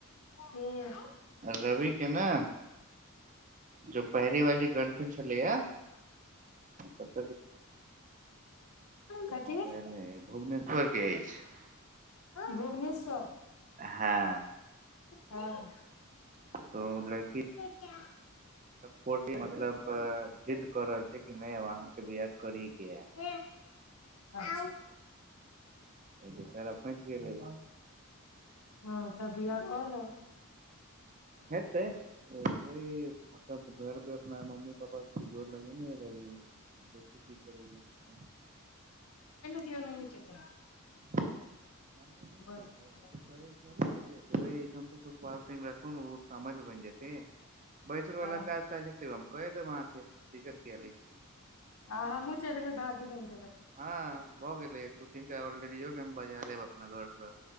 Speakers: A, on the left; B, on the right.
A: हुँ
B: रवि के ने जो पहिरी वाली गन्ठन छलैया कत
A: कथि
B: भऽ गेल भुवनेश्वर के अछि
A: भुभने स्वर
B: हँ
A: हँ
B: तऽ मतलब की
A: चा
B: सपोर्ट इ मतलब जिद्द कऽ रहल छै कि नहि अब बिआह करी के यै
A: ह ह
B: बेचारा फंसी गेलय
A: हँ तब बिआ कऽ ल
B: हेते ओ वहि मतलब घर पे अपना मम्मी जोर लगेने ह रह देखू की करैय एखन
A: कियो नहि छै एतह
B: समझ ने रहै
A: जेतै बियाह।
B: कहे कियै सुखपाल सिंह रहथुन समधी बनि जेतिन बैसरवला
A: हँ
B: काज कैह देब अहाँ कें दिक्कत किया देय छि
A: आ हमूँ चलबी भागी बनि जेबै
B: हँ भऽ गेलै दू तीनटा और लडिजो कऽ बजा लेब अपना घर पर